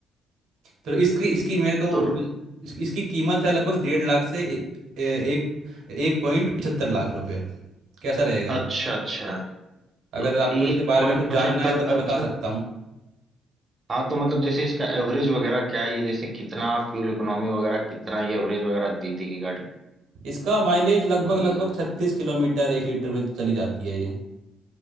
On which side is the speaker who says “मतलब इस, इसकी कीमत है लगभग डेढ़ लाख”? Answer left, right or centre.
Right